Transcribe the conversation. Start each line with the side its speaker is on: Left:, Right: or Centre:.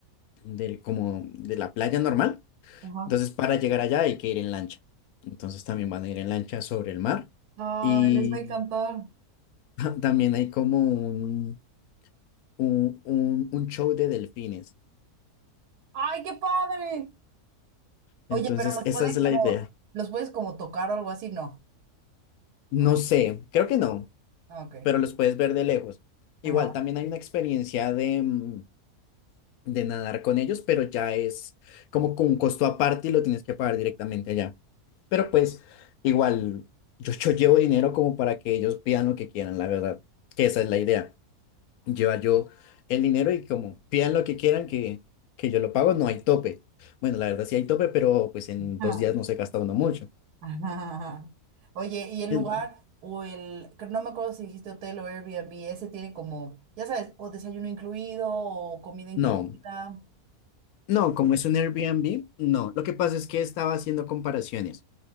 Left: del- como de la playa normal.
Right: ajá.
Left: Entonces para llegar allá hay que ir en lancha. Entonces también van a ir en lancha sobre el mar.
Right: ¡Ay,
Left: Y
Right: les va a encantar!
Left: <laughs> también hay como un, un, un- un show de delfines.
Right: ¡Ay, qué padre! Oye,
Left: Entonces,
Right: pero los
Left: esa
Right: pueden
Left: es la
Right: como,
Left: idea.
Right: los puedes como tocar o algo así, no. Ok,
Left: No sé, creo que no,
Right: ah, ok,
Left: pero los puedes ver de lejos. Igual,
Right: ajá.
Left: también hay una experiencia de, mm, de nadar con ellos, pero ya es como con un costo aparte y lo tienes que pagar directamente allá. Pero pues, igual, yo, yo llevo dinero como para que ellos pidan lo que quieran, la verdad, que esa es la idea. Lleva yo el dinero y como pidan lo que quieran que, que yo lo pago, no hay tope. Bueno, la verdad sí hay tope, pero pues en
Right: Ah,
Left: dos días no se gasta uno mucho.
Right: Ajá. Oye, ¿y el
Left: en-
Right: lugar o el, que no me acuerdo si dijiste hotel o Airbnb, ese tiene como, ya sabes, o desayuno incluido o comida incluida?
Left: No, no, como es un Airbnb, no. Lo que pasa es que estaba haciendo comparaciones,